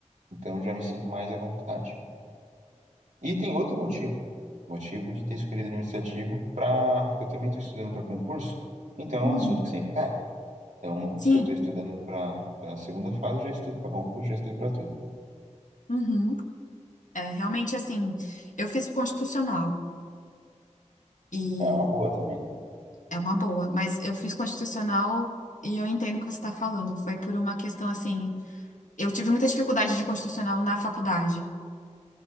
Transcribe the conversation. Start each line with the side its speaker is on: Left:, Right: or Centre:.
Right: então já me sinto mais à vontade. E tem outro motivo, motivo de ter escolhido administrativo para, porque eu também estou estudando para concurso, então é
Left: Uhum.
Right: um assunto que sempre cai. Então,
Left: Sim.
Right: se eu estou estudando para a segunda fase, eu já estudo para concurso, já estudo para tudo.
Left: Uhum. É, realmente, assim, eu fiz constitucional e
Right: É uma boa também.
Left: é uma boa, mas eu fiz constitucional e eu entendo o que você está falando. Foi por uma questão, assim, eu tive muita dificuldade de constitucional na faculdade.